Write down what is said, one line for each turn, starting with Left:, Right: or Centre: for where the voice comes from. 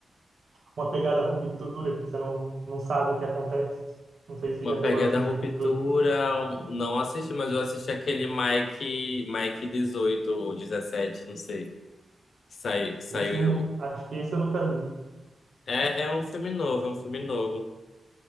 Right: Uma pegada ruptura que você não, não sabe o que acontece. Não sei se você
Left: Uma
Right: já
Left: pegada
Right: chegou a assistir
Left: ruptura,
Right: Ruptura.
Left: um- não assisti, mas eu assisti aquele Mike, Mike 18 ou 17, não sei. Saiu, saiu.
Right: Esse eu não, acho que esse eu nunca vi.
Left: É, é um filme novo, é um filme novo.